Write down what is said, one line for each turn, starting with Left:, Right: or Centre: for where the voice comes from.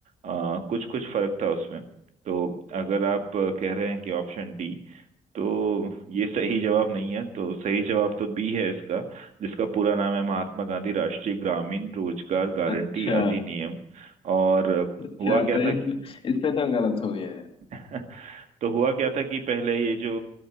Right: कुछ कुछ फर्क था उसमें तो अगर आप अ, कह रहे हैं कि ऑप्शन डी तो ये सही जवाब नहीं है तो सही जवाब तो बी है इसका जिसका पूरा नाम है महात्मा गांधी राष्ट्रीय ग्रामीण रोजगार गारंटी
Left: अच्छा
Right: अधिनियम और अ,
Left: अच्छा
Right: हुआ क्या
Left: तो
Right: था कि
Left: इस इस पे तो गलत हो गया है
Right: <laughs> तो हुआ क्या था कि पहले ये जो